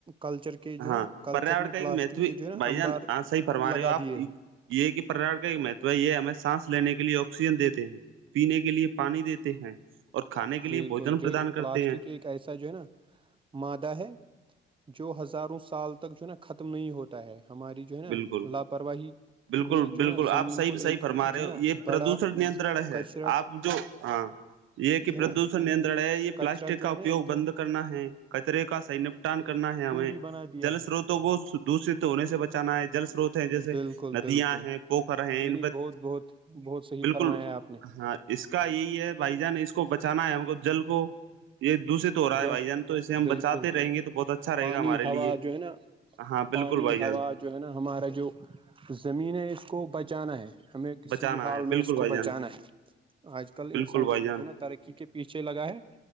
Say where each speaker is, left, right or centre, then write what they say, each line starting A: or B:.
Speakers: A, on the right; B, on the right.
A: کلچر کے کے جو
B: ہاں
A: نا کلچر
B: پریاور
A: نے
B: کا ایک
A: پلاسٹک
B: مہتو
A: کے جو ہے نا
B: بھائی
A: امبار
B: جان ہاں صحیح فرما
A: لگا
B: رہے ہو آپ
A: دیے ہیں
B: یہ کہ پرا کا مہتو ہے یہ ہمیں سانس لینے کے لیے آکسیجن دیتے ہیں پینے کے لیے پانی دیتے ہیں اور کھانے کے لیے
A: بالکل
B: بوجن
A: جو
B: پردان کرتے
A: پلاسٹک
B: ہیں
A: ایک ایسا جو ہے نا مادہ ہے جو ہزاروں سال تک جو ہے نا ختم نہیں ہوتا ہے ہماری جو ہے نا
B: بالکل
A: لاپرواہی
B: بالکل
A: نے جو
B: بالکل
A: ہے نا
B: آپ
A: زمین
B: صحی
A: کو
B: بھی صحی
A: ایک
B: فرما رہے
A: جو ہے
B: ہو
A: نا
B: یہ
A: بڑا
B: پردوشن نینترن
A: کچرا
B: ہے آپ پ جو ہاں یہ کہ
A: جو ہے
B: پردوشن
A: نا
B: نیترن ہے یہ
A: کچرا
B: پلاسٹک
A: جو
B: کا اپیوگ
A: ہے نا ایک
B: بند کرنا ہے کچرے کا س ٹان کرنا ہے ہمیں
A: کنڈی بنا دیا
B: جل
A: ہے
B: سروتوں کو دوشت ہونے سے بچانا ہے جل سروت ہیں جیسے
A: بالکل
B: ندیاں
A: بالکل
B: ہیں پوخر ہیں
A: نہیں
B: ان
A: نہیں
B: پ
A: بہت بہت بہت صحیح
B: بالکل
A: فرمایا ہے آپ نے
B: ہاں اس کا یہی ہے بھائی جان اس کو بچانا ہے ہم کو جل کو یہ دوسرے ہو رہا
A: جا
B: ہے بھائی جان تو اسے ہم
A: بالکل
B: بچاتے رہیں گے تو بہت اچھا رہے
A: پانی
B: گا ہمارے
A: ہوا
B: لیے
A: جو ہے نا
B: ہاں بالکل
A: پانی
B: بھائی
A: ہوا
B: جان
A: جو ہے نا ہمارا جو زمین ہے اس کو بچانا ہے ہمیں کسی
B: بچانا
A: بھی حال
B: ہے
A: میں
B: بالکل
A: اس کو
B: بھائی
A: بچانا
B: جان
A: ہے آج کل انسان
B: بالکل بھائی جان
A: جو نا ترقی کے پیچھے لگا ہے